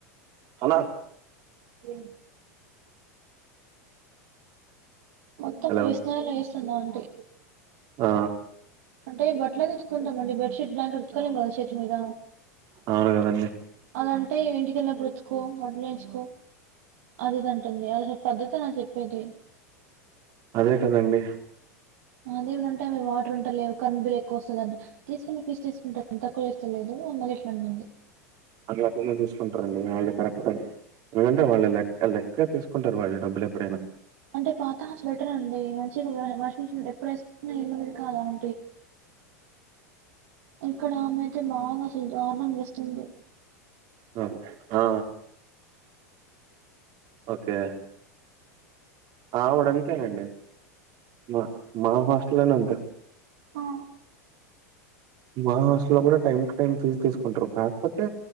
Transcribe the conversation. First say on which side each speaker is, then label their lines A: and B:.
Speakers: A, on the right (about 50°); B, on the right (about 65°).
A: అనా.
B: ఏ. మొత్తం
A: హలో!
B: ఫిస్ నాయిల్ ల్లో వేసినామ్ గా ఆంటి.
A: ఆ.
B: అంటే బట్టలేదుతుకుంటాంమండి బెడ్షీట్ బ్లాంకెట్ ఉతుక్కలేం కదా చేతి మీద.
A: అవును గదండీ.
B: అలాంటే ఇంటికెళ్ళినప్పుడు వెత్తుకో వడ్లుంచుకో. అది ఇదంటుంది అసలు పద్ధతి నా చెప్పేది.
A: అదే కదండి.
B: అదేమంటేవి వాటర్ ఉంటారు లేవు కరంట్ బిల్ ఎక్కువ వస్తుందంట. తీసుకుని పీస్ తీసుకుంటా తక్కువ చేస్తలేదు మళ్ళీ ఇట్లాంటుంది
A: అలాకు తీసుకుంటారండి వాళ్ళు కరెక్ట్ ఎందుకంటే వాళ్ళు లెక్క లెక్క తీ ంటారుళ్ళు డబ్బులు ఎప్పుడైనా
B: అంటే పాత హాల్స్ బెటర్ అండి మంచిగా వాషింగ్ మిషన్ ఎప్పుడు వేసుకున్నా ఏమది కాదా అ ఇక్కడ ఆమె అయితే బాగా అసలు దారుణం చే స్తుంది
A: అ ఆ ఓకే మావోడు అయినఅంతేనండి మా మా హాస్టల్లోనే అంతే
B: ఆ
A: మా హాస్టల్ లో కూడా టైమ్ టు టైమ్ ఫీజు తీసుకుంటారు కాకపోతే